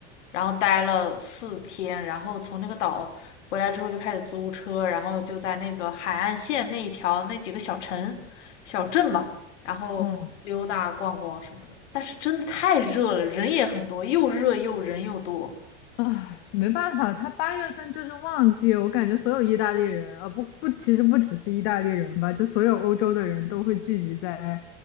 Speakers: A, on the left; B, on the left.
A: 然后待了四天，然后从那个岛回来之后就开始租车，然后就在那个海岸线那一条那几个小城、小镇吧，然后溜达逛逛什么的。
B: 嗯
A: 但是真的太热了，人也很多，又热又人又多。
B: 唉，没办法，他八月份就是旺季，我感觉所有意大利人，啊，不不，其实不只是意大利人吧，就所有欧洲的人都会聚集在